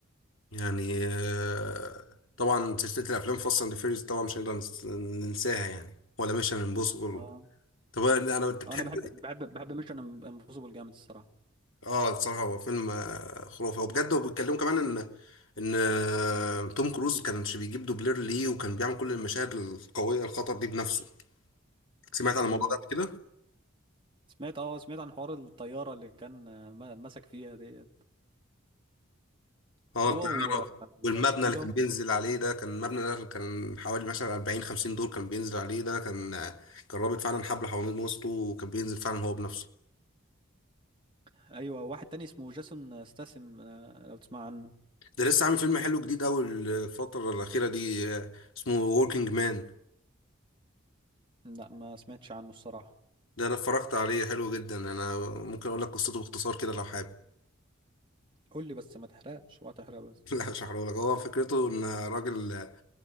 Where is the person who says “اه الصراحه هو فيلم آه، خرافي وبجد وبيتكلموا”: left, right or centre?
Left